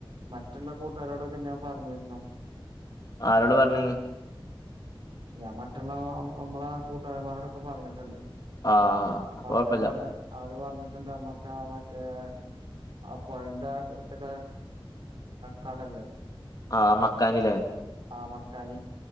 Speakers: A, on the right; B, on the left.
A: മറ്റ്ള്ള കൂട്ടാരോടൊക്കെ ഞാൻ പറഞ്ഞിരുന്നു
B: ആരോട പറഞ്ഞെ
A: ഞാൻ മറ്റുള്ള നമ്മളെ കൂട്ടുകാരമാരോടൊക്കെ പറഞ്ഞിട്ടുണ്ട്
B: ആഹ്
A: അപ്പൊ
B: കൊഴപ്പല്ല
A: അവര് പറഞ്ഞി അവര് പറഞ്ഞിട്ടുണ്ട് അമ്മക്കാ മറ്റേ ആ പൊഴന്റെ എടുത്ത്ള്ളെ കടല്ലേ
B: ആ മക്കാനിലേ
A: ആ മക്കാനി